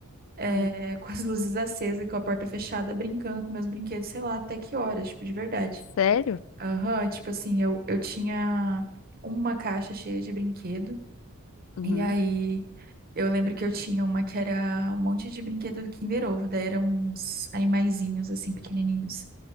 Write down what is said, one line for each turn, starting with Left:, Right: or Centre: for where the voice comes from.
Right: eh,
Left: Hum.
Right: <laughs> com as luzes acesas, e com a porta fechada, brincando com meus brinquedos, sei lá, até que horas, tipo, de verdade.
Left: Sério?
Right: Aham, tipo assim, eu, eu tinha uma caixa cheia de brinquedo,
Left: Uhum.
Right: e aí eu lembro que eu tinha uma que era um monte de brinquedo do Kinder Ovo, daí eram uns animaizinhos, assim, pequenininhos.